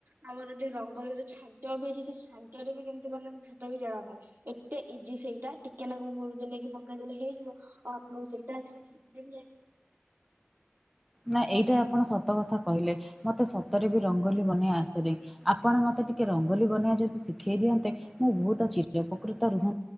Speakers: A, on the right (about 55°); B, in the centre.
A: ତମର ରଙ୍ଗଲର ଛାଞ୍ଚ ବି ଅଛି ସେ ଛାଞ୍ଚରେ ବି କେମିତି ବାନନ୍ତି ସେଟ ବି ଜା ନାହିଁ ଏତେ ଇଜି ସେଇଟା ଟିକ ନା ମଦ ନେଇକି ପକେଇଦେଲେ ହେଇଯିବ ଆଉ ଆପଣଙ୍କୁ ସେଇଟା ଆସିଲ ସେ
B: ନା ଏଇଟା ଆପଣ ସତ କଥା କହିଲେ ମତେ ସତରେ ବି ରଙ୍ଗୋଲି ବନେଇ ଆସେନେ ଆପଣ ମତେ ଟିକେ ରଙ୍ଗୋଲି ବନେଇ ଯଦି ଶିଖେଇ ଦିଅନ୍ତେ ମୁଁ ବହୁତ ଚକୃତ ରୁହ